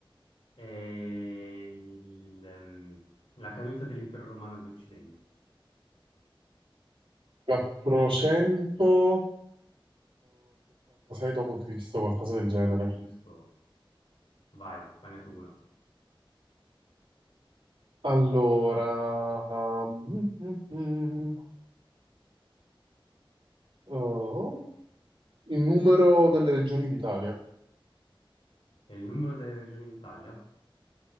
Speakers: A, on the left; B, on the right.
A: È il, ehm, la caduta dell'impero romano d'Occidente.
B: 476 d.C., qualcosa
A: Giusto,
B: del genere.
A: giusto, giusto. Vai, fane tu una.
B: Allora, mm, mm, mm, mm, oh, il numero delle regioni d'Italia.
A: E il numero delle regioni d'Italia?